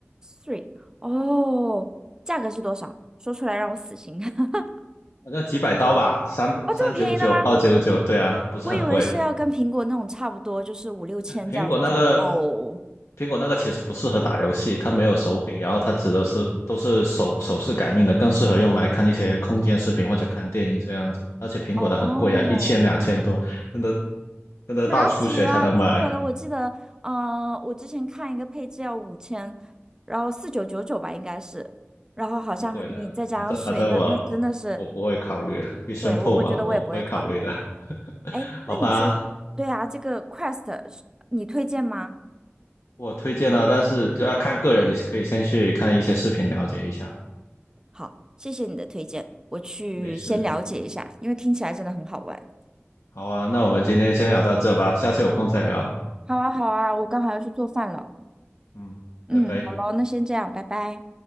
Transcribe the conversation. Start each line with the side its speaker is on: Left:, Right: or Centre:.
Right: Three，哦，价格是多少？说出来让我死心。<laughs>
Left: 反正几百刀吧，三三九九、
Right: 哦，这么便宜的吗？
Left: 二九九，对啊，不是很贵。
Right: 我以为是要跟苹果那种差不多，就是五六千这样子。
Left: 苹果那个
Right: 我想说，哦，
Left: 苹果那个其实不适合打游戏，它没有手柄，然后它指的是都是手手势感应的，更适合用来看一些空间视频或者看电影这样子。而且苹果的很贵啊，
Right: 哦，
Left: 一千两千多，真的真的大出血才能买。
Right: 哪止啊？苹果的我记得，嗯、我之前看一个配置要五千，然后四九九九吧，应该是，然后好像还你再加上税，
Left: 太贵了，反正反正我
Right: 那那真的是，
Left: 我不会考虑啊必胜客嘛，
Right: 对，我我觉得我也不会考虑。
Left: 我不会考虑的，<laughs>
Right: 哎，那你说，
Left: 好吧？
Right: 对啊，这个 Quest 是你推荐吗？
Left: 我推荐了，但是就要看个人，你可以先去看一些视频了解一下。
Right: 好，谢谢你的推荐，我去先了解一下，
Left: 没事，
Right: 因为听起来真的很好玩。
Left: 好啊，那我们今天先聊到这吧，下次有空再聊。
Right: 好啊，好啊，我刚好要去做饭了。
Left: 嗯，
Right: 嗯，
Left: 拜拜。
Right: 好咯，那先这样，拜拜。